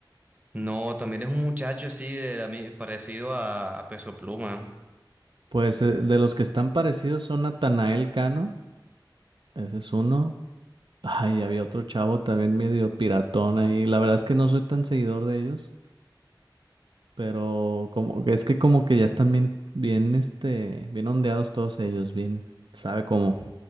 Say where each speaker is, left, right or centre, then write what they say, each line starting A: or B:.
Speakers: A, on the right (about 20°); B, on the right (about 70°).
A: No, también es un muchacho así de la mi- parecido a, a Peso Pluma.
B: Pues eh, de los que están parecidos son Natanael Cano, ese es uno. Ay, había otro chavo también medio piratón ahí. La verdad es que no soy tan seguidor de ellos. Pero como, es que como que ya están bien, bien, este, bien ondeados todos ellos, bien, sabe cómo.